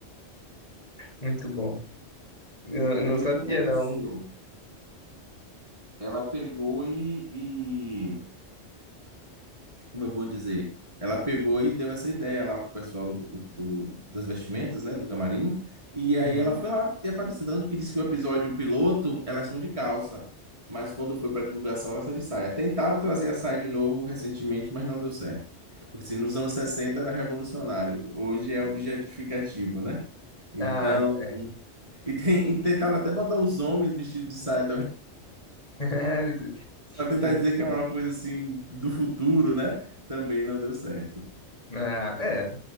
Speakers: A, on the left (about 35°); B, on the right (about 30°).
A: Muito bom. Eu
B: E
A: não
B: aí
A: sabia,
B: o que aconteceu?
A: não.
B: Ela pegou e, e- como eu vou dizer? Ela pegou e deu essa ideia lá pro pessoal do, do- das vestimentas, né, do camarim. E
A: Uhum.
B: aí ela foi lá e apareceu, tanto que disse que o episódio piloto, elas são de calça, mas quando foi para divulgação, elas são de saia. Tentaram trazer a saia de novo recentemente, mas não deu certo. Porque se nos anos 60 era revolucionário, hoje é objetificativo, né? Então,
A: Ah, é.
B: e, tem, e tentaram até botar os homens vestidos de saia
A: <laughs>
B: Para tentar
A: Muito
B: dizer que
A: bom.
B: é uma coisa assim do futuro, né? Também não deu certo.
A: Ah, é,